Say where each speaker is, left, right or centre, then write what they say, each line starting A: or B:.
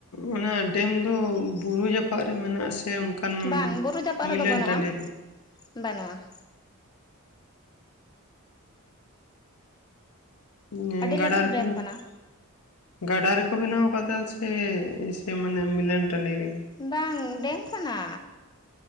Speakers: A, on the left (about 85°); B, on the left (about 20°).
A: ᱚᱱᱟ ᱰᱮᱢ ᱫᱚ ᱵᱩᱨᱩ ᱡᱟᱯᱟᱜ ᱨᱮ ᱢᱮᱱᱟᱜ ᱟᱥᱮ ᱚᱱᱠᱟᱱ
B: ᱵᱟᱝ ᱵᱩᱨᱩ ᱡᱟᱯᱟᱜ
A: ᱢᱤᱞᱟᱱ
B: ᱨᱮᱫᱚ ᱵᱟᱹᱱᱩᱜᱼᱟ
A: ᱴᱟᱺᱰᱤ
B: ᱵᱟᱹᱱᱩᱜᱼᱟ
A: ᱦᱮᱸ
B: ᱟᱹᱰᱤ
A: ᱜᱟᱰᱟ
B: ᱞᱟᱹᱴᱩ
A: ᱨᱮᱠᱚ
B: ᱰᱮᱢ ᱠᱟᱱᱟ
A: ᱜᱟᱰᱟ ᱨᱮᱠᱚ ᱵᱮᱱᱟᱣ ᱟᱠᱟᱫᱟ ᱪᱷᱮ ᱥᱮ ᱢᱟᱱᱮ ᱢᱤᱞᱟᱹᱱ ᱴᱟᱺᱰᱤ ᱨᱮᱜᱮ
B: ᱵᱟᱝ ᱰᱮᱢ ᱠᱟᱱᱟ